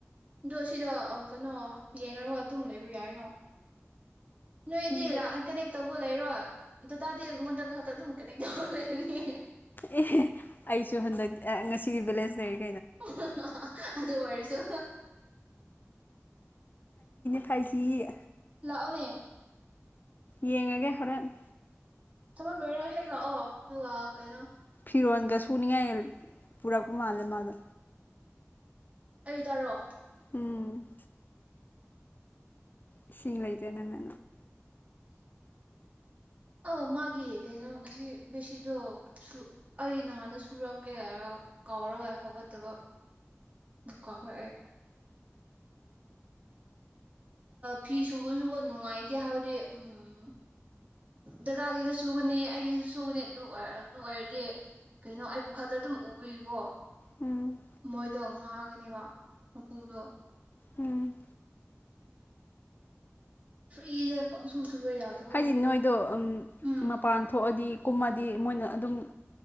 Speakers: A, on the right (about 30°); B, on the left (about 40°).
A: ꯑꯗꯣ ꯁꯤꯗ ꯑꯃꯨꯛ ꯀꯩꯅꯣ ꯌꯦꯡꯒ ꯑꯗꯨꯝ ꯂꯩꯕ ꯌꯥꯏꯅꯣ ꯅꯣꯏ
B: ꯈꯪꯗꯦ
A: ꯏ ꯏꯂ ꯀꯩꯅꯦꯛ ꯇꯧꯕꯣ ꯂꯩꯔꯣꯏ ꯑꯗꯨꯇꯥꯥꯗꯤ ꯑꯩꯉꯣꯟꯗ ꯈꯛꯇ ꯑꯗꯨꯝ ꯀꯅꯦꯛ ꯇꯧꯔ ꯂꯩꯔꯅꯤ
B: ꯑꯦ ꯑꯩꯁꯨ ꯍꯟꯗꯛ ꯉꯁꯤꯗꯤ ꯕꯦꯂꯦ <unintelligible>
A: ꯑꯗꯨ ꯑꯗꯨ ꯑꯣꯏꯔꯁꯨ
B: ꯑꯩ ꯍꯥꯏꯒꯤ
A: ꯇꯑꯣꯅꯦ
B: ꯌꯦꯉꯒꯦ ꯍꯣꯔꯦꯟ
A: ꯊꯕꯛ ꯂꯣꯏꯔꯒ ꯍꯦꯛ ꯂꯥꯛꯑꯣ ꯑꯗꯨꯒ ꯀꯩꯅꯣ
B: ꯐꯤꯔꯣꯜꯒ ꯁꯨꯨꯅꯤꯡꯉꯥꯏ ꯄꯨꯔꯛꯄ ꯃꯥꯟꯂꯦ ꯃꯥꯗꯣ
A: ꯑꯩ ꯗꯥꯔꯣ
B: ꯎꯝ ꯏꯁꯤꯡ ꯂꯩꯇꯗꯅ
A: ꯑꯥ ꯃꯥꯒꯤ ꯀꯩꯅꯣ ꯑꯁꯤ ꯕꯦꯁꯤꯗꯣ ꯑꯩ ꯅꯍꯥꯟꯗ ꯁꯨꯔꯝꯒꯦ ꯀꯥꯎꯔꯒ ꯍꯧꯒꯠꯇꯕ ꯑꯃꯨꯛ ꯀꯥꯎꯋꯦ ꯑꯩ ꯐꯤ ꯁꯨꯕꯁꯨ ꯅꯨꯡꯉꯥꯏꯇꯦ ꯍꯥꯏꯕꯗꯤ ꯎꯝ ꯗꯗꯥꯒꯤꯁꯨ ꯁꯨꯒꯅꯤ ꯑꯩꯒꯤꯁꯨ ꯁꯨꯒꯅꯤ ꯑꯗꯨ ꯑꯗꯨ ꯑꯣꯏꯔꯗꯤ ꯀꯩꯅꯣ ꯑꯩ ꯄ ꯈꯛꯇ ꯑꯗꯨꯝ ꯎꯕꯤꯀꯣ
B: ꯎꯝ
A: ꯃꯣꯏ ꯗꯣ ꯉꯥꯡꯛꯅꯤꯕꯥ ꯃꯄꯨꯗꯣ
B: ꯎꯝ
A: ꯐ꯭ꯔꯤꯗ ꯄꯪꯁꯨ ꯁꯨꯕ ꯌꯥꯗꯕꯀꯣ
B: ꯍꯥꯏꯗꯤ ꯅꯣꯏꯗꯣ ꯎꯝ
A: ꯎꯝ
B: ꯃꯄꯥꯟ ꯊꯣꯛꯑꯗꯤ ꯀꯨꯝꯃꯗꯤ ꯗꯤ ꯃꯣꯏꯅ ꯑꯗꯨꯝ